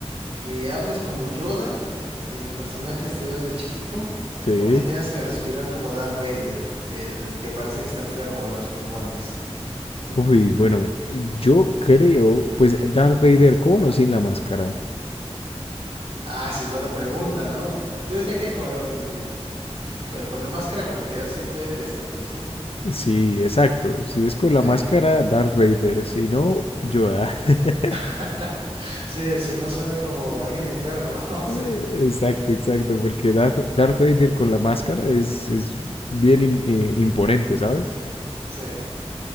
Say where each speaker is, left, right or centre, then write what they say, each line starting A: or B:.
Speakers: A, on the right; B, on the left.
A: que hables como Yoda, el personaje este verde chiquito,
B: Sí.
A: o que tengas que respirar como Darth Vader, el que parece que está enfermo de los pulmones?
B: Uy, bueno, yo creo, pues Darth Vader con o sin la máscara.
A: Ah, esa es buena pregunta, ¿no? Yo diría que con, híjole, con la máscara como que da cierto aire de estatus, ¿no?
B: Sí, exacto. Si es con la
A: Sí.
B: máscara, Darth Vader. Si no, Yoda. <laughs>
A: <laughs> Sí, si no suena como alguien enfermo, <laughs> ¿no? Sí,
B: Exacto, exacto. Porque Darth, Darth Vader con la máscara es, es bien im- eh, imponente, ¿sabes?
A: sí,